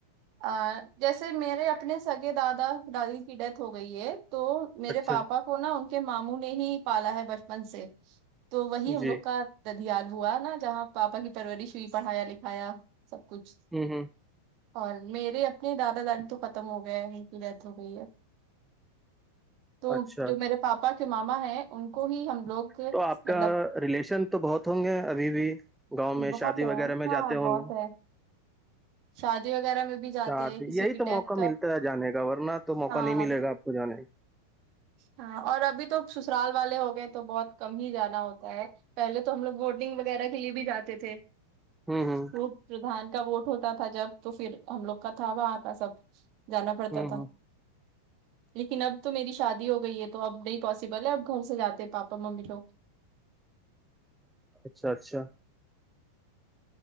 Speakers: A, on the right; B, in the centre.
A: ا جیسے میرے اپنے سگے دادا دادی کی ڈیتھ ہو گئی ہے تو میرے
B: اچھا
A: پاپا کو نا ان کے ماموں نے ہی پالا ہے بچپن سے تو وہی ہم
B: جی
A: لوگ کا ددیال ہوا نا جہاں پاپا کی پرورش ہوئی پڑھایا لکھایا سب کچھ
B: ہوں ہوں
A: اور میرے اپنے دادا دادی تو ختم ہو گئے ان کی ڈیتھ ہو گئی ہے تو
B: اچھا
A: جو میرے پاپا کے ماما ہیں ان کو ہی ہم لوگ
B: تو آپ
A: مطلب
B: کا ریلیشن تو بہت ہوں گے ابھی بھی گاؤں میں
A: بہت
B: شادی
A: ہے
B: وغیرہ میں
A: ہاں
B: جاتے ہوں
A: بہت
B: گے
A: ہے شادی وغیرہ میں بھی جاتے
B: شادی
A: ہیں کسی
B: یہی
A: کی
B: تو
A: ڈیتھ
B: موقع
A: کا
B: ملتا ہے جانے کا ورنہ تو موقع
A: ہاں
B: نہیں ملے گا آپ کو جانے
A: ہاں اور ابھی تو سسرال والے ہو گئے تو بہت کم ہی جانا ہوتا ہے پہلے تو ہم لوگ بوٹنگ وغیرہ کے لیے بھی جاتے تھے
B: کا ہوں ہوں
A: تو پرھان کا ووٹ ہوتا تھا جب تو پھر ہم لوگ کا تھا وہاں کا سب جانا پڑتا
B: ہوں
A: تھا
B: ہوں
A: لیکن اب تو میری شادی ہو گئی ہے تو اب نہیں پاسبل ہے اب گھر سے جاتے پاپا ممی لوگ
B: اچھا اچھا